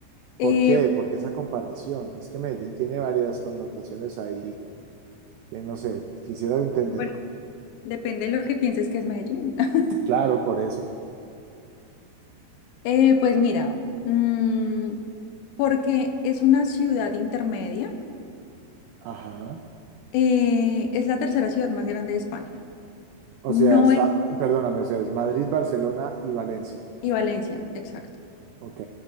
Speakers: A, on the left; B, on the right.
A: Eh,
B: ¿por qué? ¿Por qué esa comparación? Es que Medellín tiene varias connotaciones ahí que no sé, quisiera entender.
A: bueno, depende de lo que pienses que es Medellín. <laughs>
B: Claro, por eso.
A: Eh, pues mira, mm, porque es una ciudad intermedia,
B: Ajá.
A: eh, es la tercera ciudad más grande de España.
B: O
A: No
B: sea, está,
A: es,
B: perdóname, o sea, es Madrid, Barcelona y Valencia.
A: y Valencia, exacto.
B: Ok,